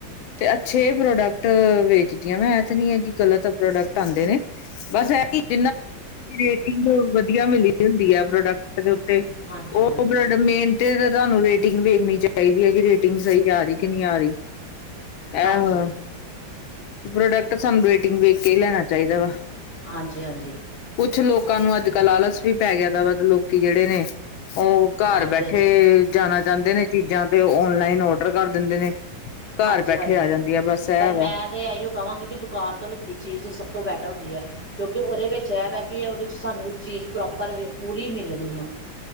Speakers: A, on the left (about 80°); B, in the centre.
A: ਤੇ ਅੱਛੇ ਪ੍ਰੋਡਕਟ ਵੇਚਦੀਆਂ ਵ ਤੇ ਨ ਆ ਕਿ ਗਲਤ ਪ੍ਰੋਡਕਟ ਆਉਂਦੇ ਨੇ ਬਸ ਜਿੰਨਾ ਦੀ ਰੇਟਿੰਗ ਵਧੀਆ ਮਿਲੀ ਹੁੰਦੀ ਹੈ ਪ੍ਰੋਡਕਟ ਦੇ ਤੇ
B: ਹਾਂਜੀ
A: ਉਹ
B: ਹਾਂਜੀ
A: ਬਲਡ ਮਿਹਨਤੀ ਤੁਹਾਨੂੰ ਰੇ ੇਟਿੰਗ ਵੇਖਣੀ ਚਾਹੀਦੀ ਹੈ ਕਿ ਰੇਟਿੰਗ ਸਹੀ ਆ ਰਹੀ ਕਿ ਨਹੀਂ ਆ ਰਹੀ
B: ਹਾਂਜੀ
A: ਆਹੋੋ ਪ੍ਰੋਡਕਟ ਸਾਨੂੰ ਰੇਟਿੰਗ ਵੇਖ ਕੇ ਹੀ ਲੈਣਾ ਚਾਹੀਦਾ ਵਾ
B: ਹਾਂਜੀ ਹਾਂਜੀ
A: ਕੁਛ ਲੋਕਾਂ ਨੂੰ ਅੱਜ ਕੱਲ੍ਹ ਆਲਸ ਵੀ ਪੈ ਗਿਆ ਵਾ ਲੋਕੀ ਜਿਹੜੇ ਨੇ ਉਹ ਘਰ
B: ਹਾਂਜੀ
A: ਬੈਠੇ ਜਾਣਾ ਚਾਹੁੰਦੇ ਨੇ ਚੀਜ਼ਾਂ ਤੇ ਓਨਲਾਈਨ ਔਡਰ ਕਰ ਦਿੰਦੇ ਨੇ ਘਰ
B: ਹਾਂਜੀ
A: ਬੈਠੇ
B: ਹਾਂਜੀ
A: ਆ ਜਾਂਦੀ ਆ ਬਸ ਇਹ
B: ਪਰ
A: ਵਾ
B: ਮੈਂ ਤੇ ਇਹੀਓ ਕਵਾਂਗੀ ਕਿ ਦੁਕਾਨ ਤੋਂ ਲਿੱਤੀ ਚੀਜ਼ ਸਭ ਤੋਂ ਬੈਟਰ ਹੁੰਦੀ ਹੈ ਕਿਉਂਕਿ ਉਹਦੇ ਵਿੱਚ ਇਹ ਵੈ ਕਿ ਹੈ ਉਹਦੇ ਚ ਸਾਨੂੰ ਚੀਜ਼ ਪ੍ਰੋਪਰ ਵ ਪੂਰੀ ਮਿਲਣੀ ਆ